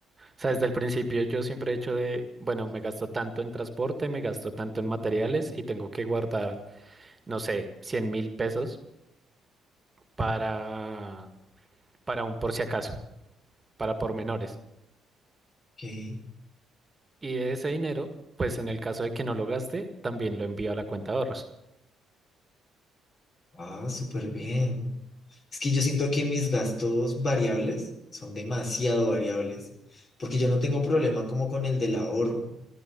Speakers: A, on the right; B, on the left.
A: O sea, desde el principio yo siempre he hecho de, bueno, me gasto tanto en transporte, me gasto tanto en materiales y tengo que guardar, no sé, cien mil pesos para, para un por si acaso, para pormenores.
B: ok,
A: Y de ese dinero, pues en el caso de que no lo gaste, también lo envío a la cuenta de ahorros.
B: ah, súper bien. Es que yo siento que mis gastos variables son demasiado variables, porque yo no tengo problema como con el del ahorro,